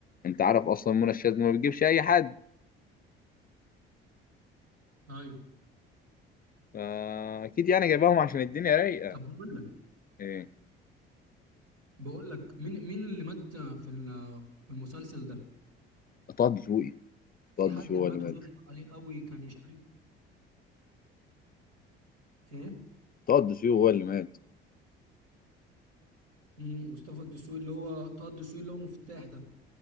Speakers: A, on the left; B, on the right.
A: انت عارف اصلا منى الشاذ دي ما بتجيبش اي حد
B: ايوه
A: فاكيد يعني جايباهم عشان الدنيا رايقه
B: طب بقول لك
A: ايه
B: بقول لك مين مين اللي مات في ال- في المسلسل ده
A: طه دسوقي
B: في
A: طه
B: حد
A: دسوقي
B: مات
A: هو اللي مات
B: وزعل عليه قوي كان مش عارف ايه
A: طه دسوقي هو اللي مات
B: مم، مصطفى الدسوقي اللي هو طه الدسوقي اللي هو مفتاح ده